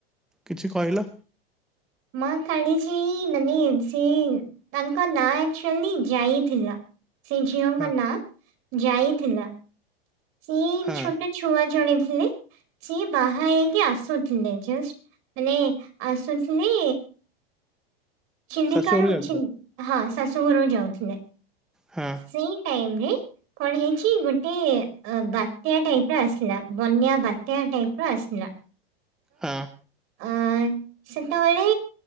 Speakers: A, in the centre; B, on the right (about 45°).
A: କିଛି କହିଲ।
B: ମା କାଳିଜାଈ ମାନେ ଏବ୍ ସିଏ ତାଙ୍କ ନାଁ ଆକ୍ଚୁଆଲି ଜାଇ ଥିଲା। ସେଇ ଝିଅଙ୍କ
A: ହଁ
B: ନାଁ ଜାଇ ଥିଲା। ସେଇ
A: ହଁ
B: ଛୋଟ ଛୁଆ ଜଣେ ଥିଲେ। ସେ ବାହା ହେଇକି ଆସୁଥିଲେ ଜଷ୍ଟ ମାନେ ଆସୁଥିଲେ ଚିଲିକାରୁ
A: ଶାଶୁ ଘରକୁ ଯାଇଥିଲେ
B: ଚିନ୍ ହଁ ଶାଶୁଘରକୁ ଯାଉଥଲେ।
A: ହଁ।
B: ସେଇ ଟାଇମ୍ ରେ କଣ ହେଇଛି ଗୋଟେ ବାତ୍ୟା ଟାଇପ୍ ର ଆସିଲା ବନ୍ୟା ବାତ୍ୟା ଟାଇପ୍ ର ଆସିଲା।
A: ହଁ।
B: ଆଁ ସେତଳେ